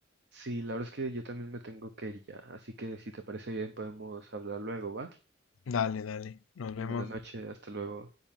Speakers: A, on the right; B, on the left.
A: Sí, la verdad es que yo también me tengo que ir ya, así que si te parece bien podemos hablar luego, ¿va?
B: Dale, dale, nos
A: Buenas
B: vemos.
A: noches, hasta luego.